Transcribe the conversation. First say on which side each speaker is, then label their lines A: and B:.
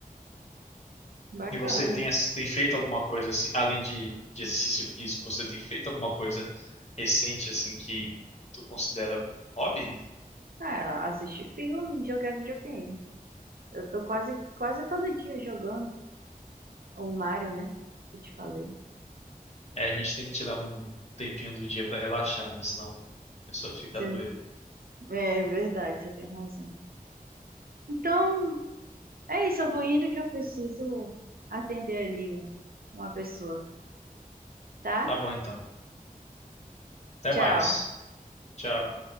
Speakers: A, on the right (about 80°); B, on the left (about 45°).
A: bacana.
B: E você tem, ass- tem feito alguma coisa, assim, além de, de exercício físico, você tem feito alguma coisa recente, assim, que tu considera como um hobby?
A: Ah, assistir filme e jogar videogame. Eu tô quase, quase todo dia jogando o Mario, né? Que eu te falei.
B: É, a gente tem que tirar um tempinho do dia pra relaxar, né? Senão a pessoa fica
A: Você-
B: doida.
A: É verdade, você tem razão. Então, é isso, eu vou indo que eu preciso atender ali um- uma pessoa, tá?
B: Tá bom, então. Até
A: Tchau.
B: mais. Tchau.